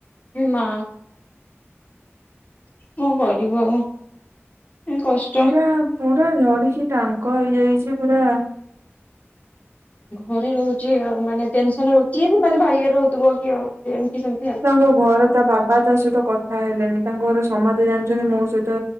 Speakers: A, on the left; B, on the right.
A: ଉମ୍ ମା। କଣ କରିବ ଆଉ ଉଁ କଷ୍ଟ।
B: ପୁରା ପୁରା ଝଡିକି ଟାଙ୍କ ହେଇଯାଇଚି ପୁରା।
A: ଘରେ ରହୁଚି ଆଉ ମାନେ ଟେନ୍‌ସନ୍‌ ରହୁ ଯିଏ ବି ମାନେ ଭାଇ ଇଏରେ ରହୁଥିବ କି ଆଉ ଏମ୍‌ତି ସେମ୍
B: ତାଙ୍କ ଘରେ ତା ବାବା ତା ସହିତ କଥା ହେଲେନି ତାଙ୍କ ଘରେ ସମସ୍ତେ ଜାଣିଚନ୍ତି ମୋ ସହିତ